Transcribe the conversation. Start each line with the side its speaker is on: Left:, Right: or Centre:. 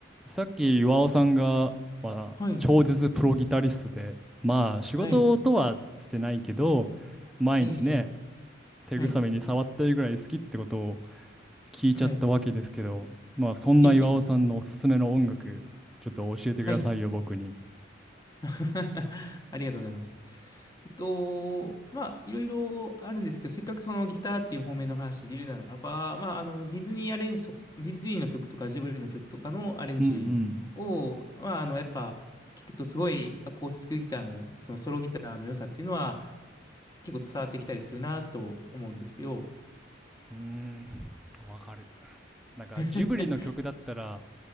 Centre: さっき岩尾さんが、まあ、
Left: はい、
Centre: 超絶プロギタリストで、まあ仕事とはしてないけど、
Left: はい、
Centre: 毎日ね、
Left: ええ、ええ
Centre: 手ぐさみに触ってるぐらい好きってことを
Left: はい、
Centre: 聞いちゃったわけですけど、
Left: はい、
Centre: まあそんな岩尾さんのおすすめの音楽、
Left: ええ、ええ
Centre: ちょっと教えてくださいよ、
Left: はい。
Centre: 僕に。
Left: <laughs> ありがとうございます。えっと、まあ、いろいろあるんですけど、せっかくそのギターっていう方面の話で言うならば、まあ、あの、ディズニーアレンジと、ディズニーの曲とかジブリの曲とかのアレンジを、
Centre: うん
Left: まあ、あの、やっぱ、聞くとすごいアコースティックギターの、そのソロギターの良さっていうのは結構伝わってきたりするなと思うんですよ。
Centre: うん。うーん、わかる。なんかジブリの曲だったら、
Left: <laughs>